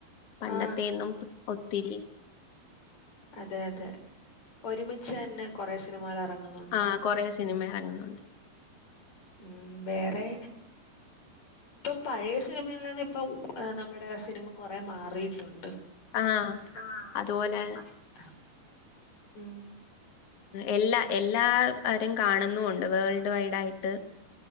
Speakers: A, on the left; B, on the left.
A: പണ്ടത്തെന്നും
B: ആ
A: ഒത്തിരി
B: അതെ അതെ ഒരുമിച്ച്ന്നെ കൊറെ സിനിമകൾ എറങ്ങുന്നുണ്ട്
A: ആഹ് കൊറേ സിനിമ ഇറങ്ങുന്നുണ്ട്
B: ഉം വേറെ ഇപ്പൊ പഴയ സിനിമയിൽ നിന്നന്ന് ഇപ്പൊ നമ്മുടെ സിനിമ കൊറെ മാറിയിട്ടുണ്ട്
A: ആഹ്
B: ആഹ്
A: അതുപോലെ
B: അത ഉം
A: എല്ലാ എല്ലാവരും കാണുന്നുണ്ട് വേൾഡ് വൈഡ ആയിട്ട്